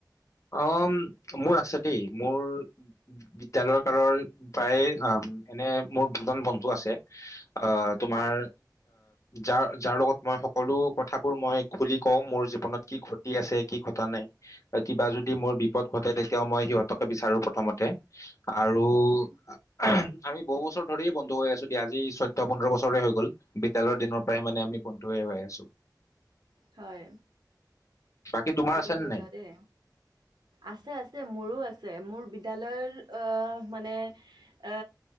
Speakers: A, on the left; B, on the right.
A: অ মোৰ আছে দেই মোৰ বিদ্যালয়ৰ কালৰ প্ৰায় এনে মোৰ দুজন বন্ধু আছে। আ তোমাৰ
B: হয়
A: যাৰ যাৰ লগত মই সকলো কথাবোৰ মই খুলি কওঁ মোৰ জীৱনত কি ঘটি আছে কি ঘটা নাই কিবা যদি মোৰ বিপদ ঘটে তেতিয়াও মই সিহঁতকে বিচাৰো প্ৰথমতে। আৰু
B: উম,
A: <unintelligible> আমি বহু বছৰ ধৰি বন্ধু হৈ আছোঁ দিয়া, আজি চৈধ্যয় পোন্ধৰ বছৰে হৈ গল বিদ্যালয়ৰ দিনৰ পৰাই মানে আমি বন্ধুয়ে হৈ আছোঁ।
B: হয়।
A: বাকী তোমাৰ
B: ঠিকে
A: আছে নে
B: কৈছা
A: নাই?
B: দেই আছে আছে মোৰো আছে। মোৰ বিদ্যালয়ৰ মানে অ